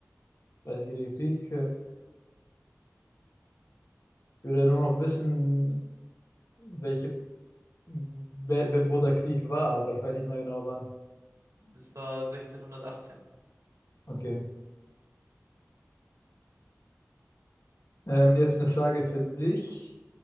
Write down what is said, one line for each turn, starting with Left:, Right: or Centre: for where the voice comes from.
Left: Dreißigjähriger Krieg. äh, Ich würde ja nur noch wissen, welche, wel- wel- wo der Krieg war, aber ich weiß nicht mehr genau wann.
Right: Das war 1618.
Left: Okay. Ähm, jetzt eine Frage für dich.